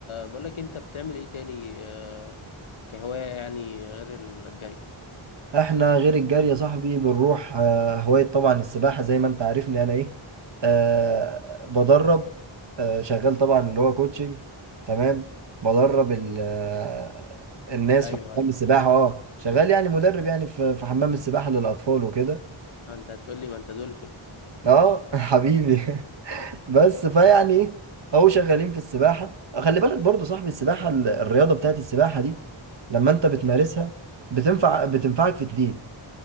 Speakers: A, on the left; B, on the right.
A: بقول لك انت بتعمل ايه تاني أه كهواية يعني غير الجري
B: احنا غير الجري يا صاحبي بنروح آه، هواية طبعا السباحة زي ما انت عارفني انا ايه أه بدرب أه شغال طبعا اللي هو كوتشنج تمام بدرب ال- آه، الناس
A: ايوه
B: في حمام السباحة اه شغال يعني مدرب يعني في في حمام السباحة للأطفال وكده
A: ما انت هتقول لي ما انت دولفين
B: اه <laughs> حبيبي <laughs> بس فيعني ايه اهو شغالين في السباحة خلي بالك برضو صاحبي السباحة ال- الرياضة بتاعت السباحة دي لما انت بتمارسها بتنفع بتنفعك في اتنين